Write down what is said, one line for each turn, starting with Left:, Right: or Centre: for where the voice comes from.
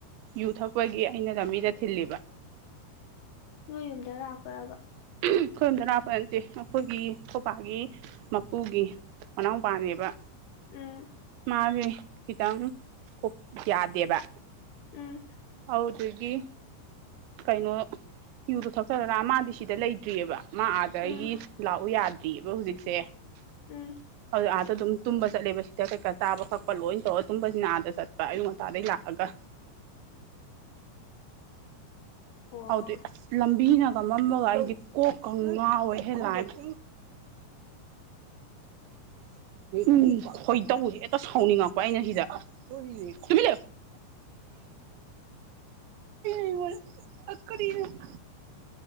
Right: ꯌꯨ ꯊꯛꯄꯒꯤ ꯑꯩꯅ ꯂꯝꯕꯤꯗ ꯊꯤꯜꯂꯤꯕ
Left: ꯅꯣꯏ ꯌꯨꯝꯗ ꯂꯥꯛꯄ꯭ꯔꯕ
Right: ꯑꯩꯈꯣꯢ ꯌꯨꯝꯗ ꯂꯥꯛꯄ ꯅꯠꯇꯦ ꯑꯩꯈꯣꯏꯒꯤ ꯈꯣꯕꯥꯒꯤ ꯃꯄꯨꯒꯤ ꯃꯅꯥꯎꯄꯥꯅꯦꯕ
Left: ꯎꯝ
Right: ꯃꯥꯁꯦ ꯈꯤꯇꯪ ꯀꯣꯛ ꯌꯥꯗꯦꯕ
Left: ꯎꯝ
Right: ꯑꯗꯨꯗꯨꯒꯤ ꯀꯩꯅꯣ ꯌꯨ ꯗꯨ ꯊꯣꯛꯆꯜꯂꯒ ꯃꯥꯗꯤ ꯁꯤꯗ ꯂꯩꯇ꯭ꯔꯤꯑꯕ ꯃꯥ ꯑꯥꯗ
Left: ꯎꯝ
Right: ꯒꯤ ꯂꯥꯛꯎ ꯌꯥꯗ꯭ꯔꯤꯑꯕ ꯍꯧꯖꯤꯛꯁꯦ <unintelligible>
Left: ꯎꯝ
Right: ꯑꯗꯨꯝ ꯇꯨꯝꯕ ꯆꯠꯂꯦꯕ ꯁꯤꯗ ꯀꯩꯀꯥ ꯆꯥꯕ ꯀꯛꯄ ꯂꯣꯏ ꯇꯧꯔꯒ ꯇꯨꯝꯕꯁꯤꯅ ꯑꯗ ꯆꯠꯄ ꯑꯌꯨꯛ ꯉꯇꯥꯗꯩ ꯂꯥꯛꯑꯒ
Left: <inaudible> ꯑꯣ
Right: ꯑꯗꯨꯗꯨꯒꯤ ꯑꯁ ꯂꯝꯕꯤꯅꯒ ꯃꯝꯕꯒ ꯑꯩꯗꯤ ꯀꯣꯛꯀ ꯉꯥꯎꯋꯦ ꯂꯥꯢꯃꯥ ꯎꯝ ꯈꯣꯏꯗꯧ ꯍꯦꯛꯇ ꯁꯥꯎꯅꯤꯡꯉꯛꯄ ꯑꯩꯅ ꯁꯤꯗ ꯇꯨꯃꯤꯟ ꯂꯩꯌꯨ <unintelligible> <unintelligible>